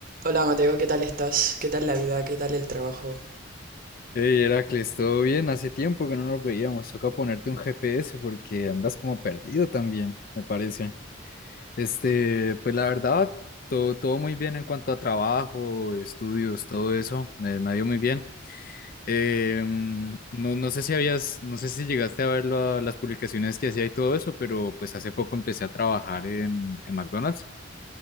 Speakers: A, on the right; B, on the left.
A: Hola Mateo, ¿qué tal estás? ¿Qué tal la vida? ¿Qué tal el trabajo?
B: Hey Heracles, ¿todo bien? Hace tiempo que no nos veíamos. Toca ponerte un GPS porque andas como perdido también, me parece. Este, pues la verdad, todo, todo muy bien en cuanto a trabajo, estudios, todo eso. Me, me ha ido muy bien. Eh, mm, no, no sé si habías, no sé si llegaste a ver la- las publicaciones que hacía y todo eso, pero pues hace poco empecé a trabajar en, en McDonald's.